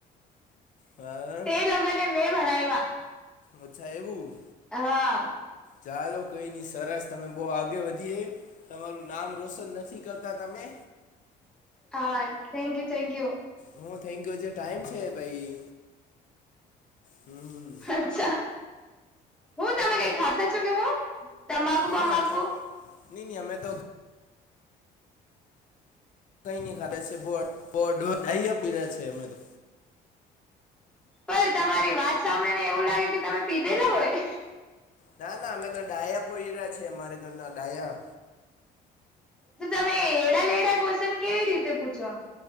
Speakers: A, on the left (about 50°); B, in the centre.
A: હા.
B: તે લોકોને મેં ભણાવ્યા.
A: અચ્છા એવું.
B: હા.
A: ચાલો કઈ નઈ સરસ તમે બહુ આગે વધીએ. તમારું નામ રોશન નથી કરતા તમે.
B: હા થેન્ક યુ થેન્ક યુ.
A: હું થેન્કયુ જે ટાઈમ છે ભાઈ હમ.
B: અચ્છા હું તમે કઈ ખાતા છો હું. તમાકુ
A: ગમે
B: બમાકુ
A: નહી નહી અમે તો. કઈ ખાતે છે બ બઢ ડાહયા પીરા છે અમે તો.
B: પણ તમારી વાત સાંભળીને એવું લાગે કે તમે પીધેલા હોય.
A: ના ના અમે તો ડાયા પોયરા છે. અમારા ઘરના ડાયા.
B: તો તમે એડા લેડા કોશન કેવી રીતે પૂછો.